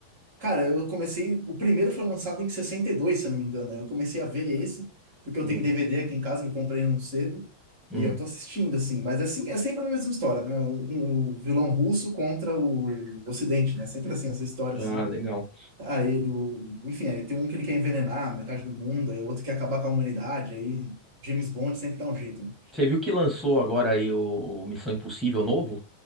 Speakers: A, on the right (about 45°); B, in the centre.
A: Cara, eu comecei. O primeiro foi lançado em 62, se eu não me engano. Eu comecei a ver esse, porque eu
B: Hum,
A: tenho DVD aqui em casa que eu comprei num cedo.
B: hum.
A: E eu tô assistindo, assim. Mas assim, é sempre a mesma história, né? Um, um vilão russo contra o Ocidente, né? Sempre assim, essa história,
B: Ah,
A: assim.
B: legal.
A: Aí ele. o- Enfim, aí tem um que ele quer envenenar metade do mundo, aí o outro quer acabar com a humanidade. Aí James Bond sempre dá um jeito, né?
B: Você viu que lançou agora aí o, o Missão Impossível novo?